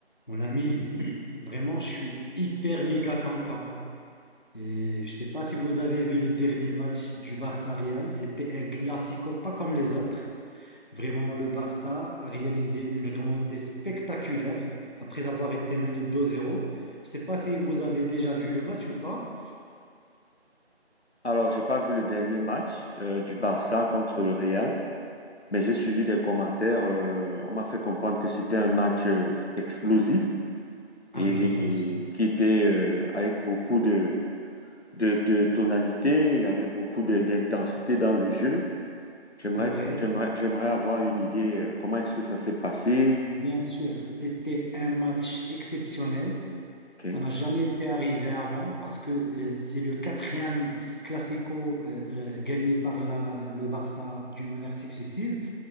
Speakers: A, on the left; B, on the left.
A: Mon ami, <clears throat> vraiment, je suis hyper méga content. Et je sais pas si vous avez vu le dernier match du Barça Real. C'était un classico pas comme les autres. Vraiment, le Barça a réalisé une remontée spectaculaire après avoir été mené 2-0. Je sais pas si vous avez déjà vu le match ou pas.
B: Alors, j'ai pas vu le dernier match euh, du Barça contre le Real, mais j'ai suivi des commentaires. euh, on m'a fait comprendre que c'était un match euh, explosif
A: Ah
B: et,
A: oui, bien sûr.
B: qui était euh, avec beaucoup de, de, de tonalité, il y avait beaucoup de- d'intensité dans le jeu. J'aimerais,
A: C'est vrai.
B: j'aimerais, j'aimerais avoir une idée euh, comment est-ce que ça s'est passé.
A: Bien sûr, c'était un match exceptionnel.
B: Oui,
A: Ça n'a jamais été arrivé avant parce que euh, c'est le quatrième Classico euh, euh, gagné par la- le Barça d'une manière successive.